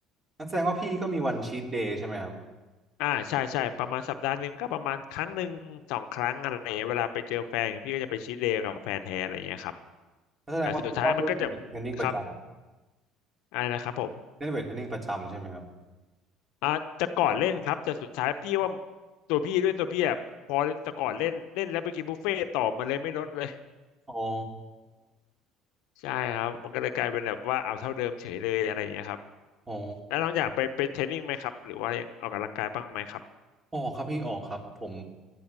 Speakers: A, on the right; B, on the left.
A: นั่นแสดงว่าพี่ก็มีวันชีทเดย์ใช่ไหมครับ
B: อ่าใช่ใช่ประมาณสัปดาห์หนึ่งก็ประมาณครั้งหนึ่งสองครั้งอะไรอย่างเงี้ยเวลาไปเจอแฟนพี่ก็จะไปชีทเดย์กับแฟนแท้อะไรอย่างเงี้ยครับ
A: นั่นแสดงว่าพี่ก็เล่นเวทเทรนนิ่งประจ
B: แต่สุดท้ายมันก็จะครับอะไรนะครับผม
A: ำเล่นเวทเทรนนิ่งประจำใช่ไหมครับ
B: อ่าจะก่อนเล่นครับแต่สุดท้ายพี่ว่าตัวพี่ด้วยตัวพี่อะพอจะก่อนเล่นเล่นแล้วไปกินบุฟเฟ่ต์ต่อมันเลยไม่ลดเลย
A: อ๋อ
B: <laughs> ใช่ครับมันก็เลยกลายเป็นแบบว่าเอาเท่าเดิมเฉยเลยอะไรอย่างเงี้ยครับ
A: อ๋อ
B: แล้วน้องอยากไปไปเทรนนิ่งไหมครับหรือว่ายังออกกำลังกายบ้างไหมครับ
A: ออกครับพี่ออกครับผม